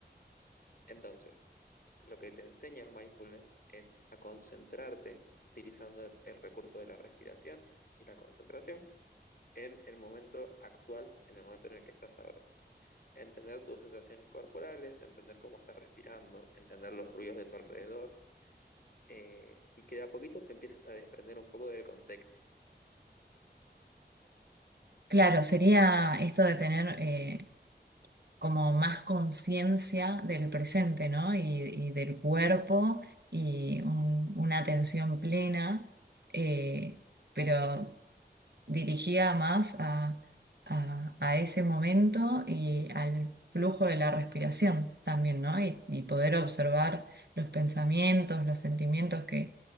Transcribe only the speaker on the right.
Claro, sería esto de tener eh, como más conciencia del presente, ¿no? Y, y del cuerpo y un- una atención plena, eh, pero dirigida más a, a- a ese momento y al flujo de la respiración también, ¿no? Y, y poder observar los pensamientos, los sentimientos que,